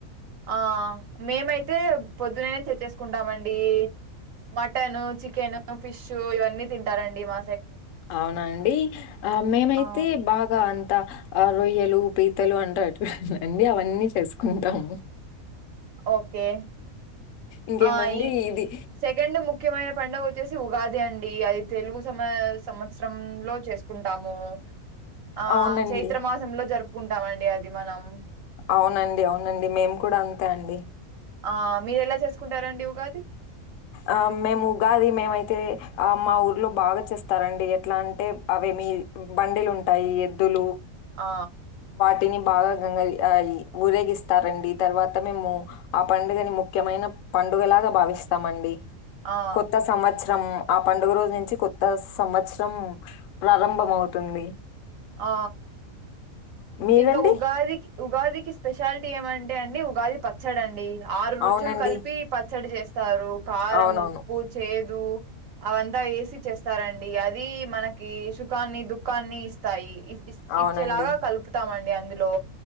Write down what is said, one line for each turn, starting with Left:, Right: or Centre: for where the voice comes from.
Right: ఆ మేమైతే పొద్దునేనే తేచేసుకుంటామండి మటన్ చికెన్ ఫిష్ ఇవన్నీ తింటారండి మ
Left: అవునా అండి ఆ మేమైతే
Right: ఆ
Left: బాగా అన్ అ ఆ రొయ్యలు పీతలు అంటూ అటుండి అవన్నీ చేసుకుంటాము
Right: ఓకే
Left: ఇంకేమండి
Right: ఆ ఈ
Left: ఇది
Right: సెకండ్ ముఖ్యమైన పండుగ వచ్చేసి ఉగాది అండి అది తెలుగు మ సంవత్సర లో చేసుకుంటాము ఆ
Left: అవునండి.
Right: చైత్ర మాసంలో జరుపు కుంటామండి అది మనం
Left: అవునండి అవునండి మేము కూడా అంతే అండి
Right: ఆ మీరు ఎలా చేసుకుంటారండి ఉగాది
Left: ఆ మేము ఉగాది మేమైతే ఆ మా ఊర్లో బాగా చేస్తారండి ఎట్లా అంటే అవే మీ బండిలుంటాయి ఎద్దులు
Right: ఆ
Left: టిని బాగా గంగ ఊరేగిస్తారండి తర్వాత మేము ఆ పండుగని ముఖ్యమైన పండుగలాగా భావిస్తామండి
Right: ఆ
Left: కొత్త సంవత్స సంవత్సరం ఆ పండుగ రోజు నుంచి కొత్త సంవత్సరం ప్రారంభం అవుతుంది
Right: ఆ
Left: మీరండి
Right: ఇంకా ఉగాది ఉగాదికి స్పెషాలిటీ ఏమంటే అండి ఉగాది పచ్చడండి ఆరు రుచులు
Left: అవునండి
Right: కలిపి పచ్చడి చేస్తారు కారం
Left: అవునవును
Right: ఉప్పు చేదు అవంతా వేసి చేస్తారండి అది మనకి సుఖాన్ని దుఃఖాన్ని ఇస్తాయి ఇస్ ఇస్
Left: అవునండి
Right: ఇచ్చేలాగా కలుపుతామండి అందులో